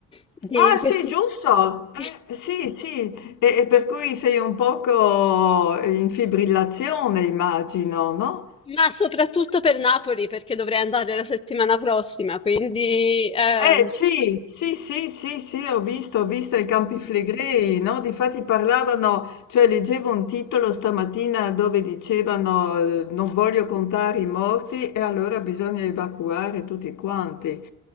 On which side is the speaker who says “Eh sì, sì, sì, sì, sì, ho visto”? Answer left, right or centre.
Left